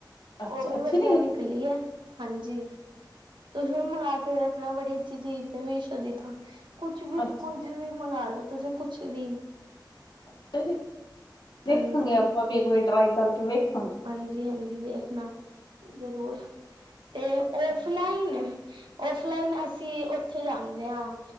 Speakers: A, on the left; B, on the right.
A: ਅੱਛਾ
B: ਉਹ ਵੀ
A: ਅੱਛੀ
B: ਵਧੀਆ ਨਿਕਲੀ ਆ। ਹਾਂਜੀ, ਤੁਸੀਂ ਵੀ ਮੰਵਾ ਕੇ ਰੱਖਣਾ ਬੜੀ ਅੱਛੀ ਚੀਜ਼ ਮੀਸੋ ਦੀ ਤਾਂ। ਕੁਛ ਵੀ
A: ਅੱਛਾ
B: ਕੁਝ ਵੀ ਮੰਗਾਲੋ ਤੁਸੀਂ ਕੁਛ ਵੀ।
A: ਅੱਛਾ ਜੀ, ਵੇਖਾਂਗੇ,
B: ਹਾਂਜੀ
A: ਆਪਾਂ ਵੀ ਇੱਕ ਵਾਰੀ ਟਰਾਈ ਕਰਕੇ ਵੇਖ
B: ਹਾਂਜੀ-ਹਾਂਜੀ, ਵੇਖਣਾ ਜ਼ਰੂਰ ਤੇ ਔਫਲਾਈਨ,
A: ਹਾਂਜੀ
B: ਔਫਲਾਈਨ ਅਸੀਂ ਉੱਥੇ ਜਾਂਦੇ ਹਾ